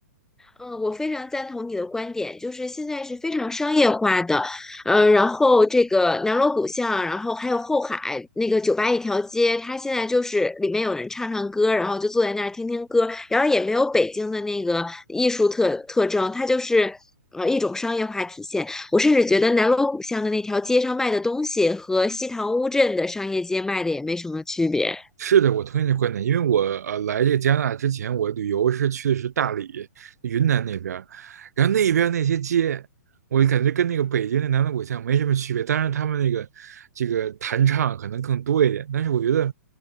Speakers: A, in the centre; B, on the right (about 65°).
A: 嗯，我非常赞同你的观点，就是现在是非常商业化的，嗯，然后这个南锣鼓巷，然后还有后海那个酒吧一条街，它现在就是里面有人唱唱歌，然后就坐在那儿听听歌，然后也没有北京的那个艺术特特征，它就是呃一种商业化体现。我甚至觉得南锣鼓巷的那条街上卖的东西和西塘乌镇的商业街卖的也没什么区别。
B: 是的，我同意你的观点，因为我呃来这个加拿大之前，我旅游是去的是大理、云南那边儿，然后那边儿那些街，我就感觉跟那个北京的南锣鼓巷没什么区别，当然他们那个这个弹唱可能更多一点，但是我觉得